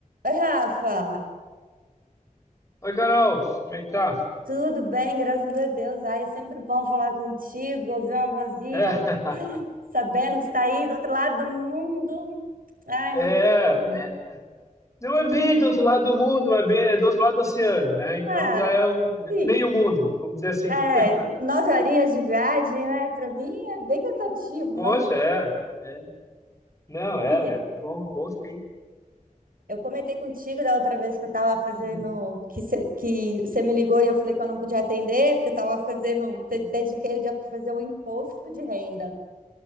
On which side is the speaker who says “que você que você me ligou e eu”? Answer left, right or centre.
Right